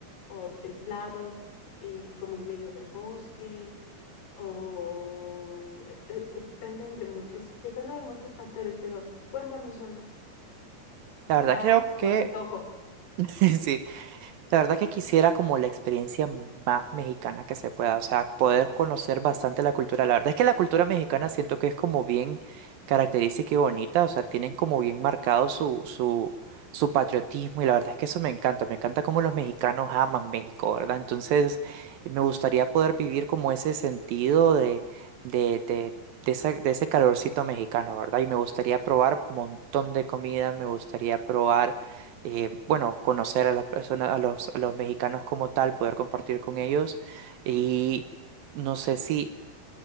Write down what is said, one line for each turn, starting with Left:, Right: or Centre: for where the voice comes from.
Left: o templado, eh, como en medio del bosque? o eh, eh, dependen de muchos, depende de muchos factores, pero cuéntame, suelo,
Right: La verdad
Left: ¿ganas
Right: creo que...
Left: o antojo?
Right: <laughs> Sí, La verdad que quisiera como la experiencia más mexicana que se pueda, o sea, poder conocer bastante la cultura. La verdad es que la cultura mexicana siento que es como bien característica y bonita, o sea, tienen como bien marcado su, su, su patriotismo y la verdad es que eso me encanta, me encanta cómo los mexicanos aman México, ¿verdad? Entonces, me gustaría poder vivir como ese sentido de, de, de, de esa- de ese calorcito mexicano, ¿verdad? Y me gustaría probar un montón de comida, me gustaría probar eh, bueno, conocer a las personas, a los, a los mexicanos como tal, poder compartir con ellos. Y no sé si